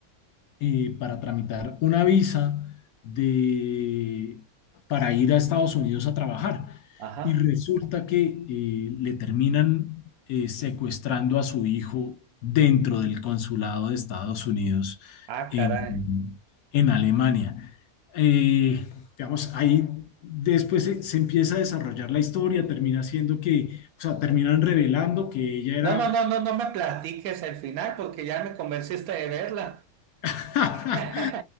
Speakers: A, on the left; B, on the right.
A: eh, para tramitar una visa de, para ir a Estados Unidos a trabajar.
B: Ajá.
A: Y resulta que eh, le terminan eh, secuestrando a su hijo dentro del consulado de Estados Unidos
B: Ah,
A: en,
B: caray.
A: en Alemania. Eh, digamos, ahí después se, se, empieza a desarrollar la historia, termina siendo que, o sea, terminan revelando que ella era
B: No, no, no, no, no me platiques el final porque ya me convenciste de verla.
A: <laughs>
B: <laughs>